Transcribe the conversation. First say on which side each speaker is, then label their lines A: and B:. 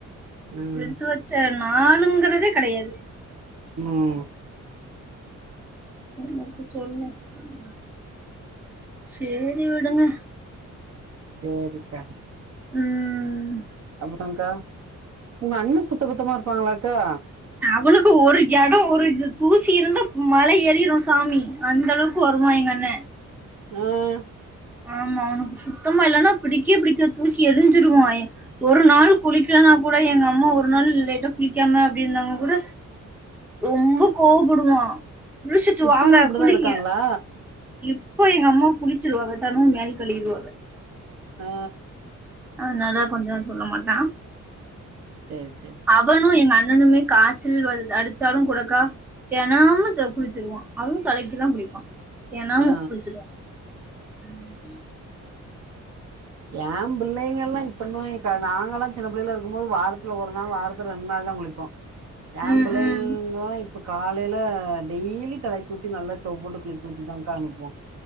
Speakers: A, on the right (about 55°); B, in the centre.
A: ம்
B: எடுத்து வச்ச நாளுங்குறதே கெடையாது
A: உம்
B: என்னத்தச் சொல்ல ‌ சேரி விடுங்க
A: சேரிக்கா
B: உம்
A: அப்றங்கா உங்க அண்ண சுத்த பத்தமா இருப்பாங்ளாக்கா
B: அவனுக்கு ஒரு எடோ ஒரு இ தூசி இருந்தா மல ஏறிரு சாமி அந்தளவுக்கு வருவா எங்கண்ண
A: உம்
B: ஆமா அவ்னுக் சுத்தமா இல்லனா பிடிக்வே பிடிக்காது தூக்கி எறிஞ்சுருவாயே ஒரு நாள் குளிக்லனா னாக்கூட எங்க அம்மா ஒரு நாள் லேட்டா குளிக்காம அப்டி இருந்தாங்க கூட ரொம்ப கோவப்படுவா குளிஷிட்டு
A: இப்பவு
B: வாங்க
A: அப்டிதா
B: குளிங்க
A: இருக்காங்களா
B: இப் இப்போ எங்க அம்மா குளிச்சிருவாவ தெனொ மேல் களியிடுவாக
A: ஆ
B: அதுனால கொஞ்சோ சொல்ல மாட்டா
A: சேரி சேரி
B: அவனு எங்க அண் ணனுமே காய்ச்சல் வந் அடிச்சாலு கூடக்கா தெனமு த குளிச்சிருவா அதுவு தலைக்கிதா குளிப்பா தெனமு
A: ஆ
B: குளிச்சிருவோ ம்
A: ஏம்புள்ளைங்கல்லா இ பண்ணுவாய்ங்க்கா நாங்கல்லா சின்னப் புள்ளையலா இருக்கம் போது வாரத்துல ஒரு நாள் வாரத்துல ரெண்ட் நாள் தா குளிப்போ ஏம்புள்ளையள்ங்லா
B: ம் ம்
A: இப் ப காலைல டெய்லி தலக்கி ஊத்தி நல்லா சோப் போட்டு குளிக்க வெச்சி தாங்க்கா அனுப்புவோ